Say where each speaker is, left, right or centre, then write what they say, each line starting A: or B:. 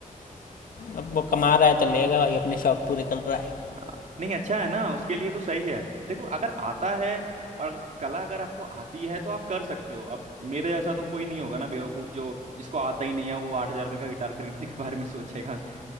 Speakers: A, on the left; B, on the right.
A: अब वो कमा रहा है तो लेगा भाई अपने शौक पूरे कर रहा है
B: हाँ, नहीं अच्छा है ना उसके लिए तो सही है देखो अगर आता है और कला अगर आपको आती है तो आप कर सकते हो अब मेरे जैसा तो कोई नहीं होगा ना बेवकूफ जो जिसको आता ही नहीं है वो आठ हजार रुपये का गिटार खरीदने <laughs> के बारे में सोचेगा